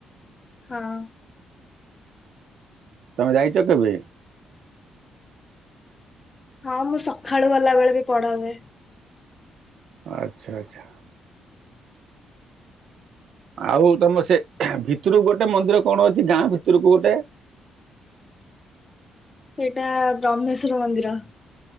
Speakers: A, on the left; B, on the right.
A: ହଁ।
B: ତୋମେ ଯାଇଚ କେବେ?
A: ହଁ ମୁଁ ସଖାଳୁ ଗଲା ବେଳେ ବି ପଢା ହୁଏ।
B: ଆଚ୍ଛା ଆଚ୍ଛା। ଆଉ ତୋମ ସେ ଭିତରକୁ ଗୋଟେ ମନ୍ଦିର କଣ ଅଛି ଗାଁ ଭିତରକୁ ଗୋଟେ।
A: ସେଇଟା ବ୍ରହ୍ମେଶ୍ଵର ମନ୍ଦିର।